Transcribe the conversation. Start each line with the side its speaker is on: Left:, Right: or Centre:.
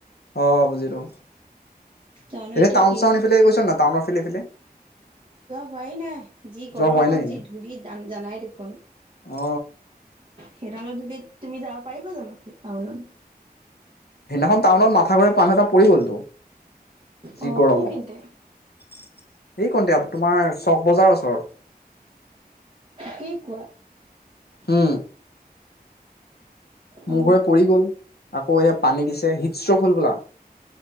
Left: অঁ', বুজিলোঁ।
Right: জানো
Left: এনেই
Right: এতিয়া
Left: টাউন
Right: কি
Left: চাউন
Right: হয়
Left: এইফালে গৈছিল ন টাউনফেলে এইফালে
Right: হয়াই নাই। যি গৰম
Left: যোৱা হোৱাই
Right: আৰু
Left: নাই নেকি?
Right: যি ধূলি জানাই দেখোন
Left: অ
Right: সেইডালত যদি তুমি যাব পাৰিবা জানো সেই টাউনত
Left: সেইদিনাখন টাউনত মাথা ঘুৰাই পাণ এটা পৰি গলতো যি
Right: অ
Left: গৰমত
Right: কোনখিনিতে
Left: এই <unintelligible> তোমাৰ চক বজাৰৰ ওচৰত।
Right: কি কোৱা
Left: হম
Right: অ
Left: মূৰ ঘূৰাই পৰি গ'ল। আকৌ সে পানী দিছে হৃষ্ট্ৰখল বোলা